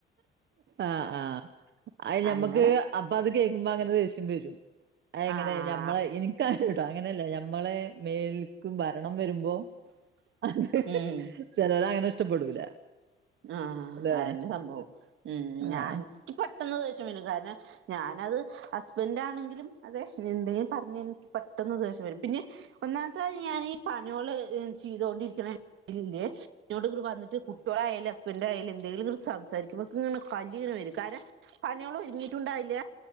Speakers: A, on the right; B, on the right.
A: ആഹ് ആഹ് അയ്യ് ഞമ്മക്ക്
B: അങ്ങനെ
A: അപ്പൊ അത് കേക്കുംമ്പോ അങ്ങനെ ദേഷ്യം വെരും അയെങ്ങനെ
B: ആഹ്
A: നമ്മളെ ഇനി ക്ക അങ്ങന വിട അങ്ങനല്ല ഞമ്മളെ മേല്ക്ക് ഭരണം വെരുംമ്പോ അത്
B: ഉം
A: ചെലര് അങ്ങനെ ഇഷ്ടപ്പെടൂല
B: ആ
A: ല്ലെ
B: അയന്നെ സംഭവം ഉം
A: ആഹ്
B: ഞാൻ നിക്ക് പെട്ടെന്ന് ദേഷ്യം വെരും കാരണം ഞാനത് ഹസ്ബൻഡാണെങ്കിലും അതെ എന്തെങ്കിലും പറഞ്ഞാ എനിക്ക് പെട്ടെന്ന് ദേഷ്യം വെരും പിന്നെ ഒന്നാമത്തെ കാര്യം ഞാന് പണികള് ചെയ്തോണ്ടിരിക്കണേ ഇതിലില്ലേ കുട്ട്യോള്ട് ഇങട്ട് വന്നിട്ട് കുട്ട്യോള് ആയെ ഇൻ്റെ ഹസ്ബൻഡായാലും എന്തേലുങട്ട് സംസാരിക്കുമ്പോ ഇക്ക് കലി ഇങ്ങന വെരും കാര പണികള് ഒരുങ്ങിട്ടുണ്ടാവില്ല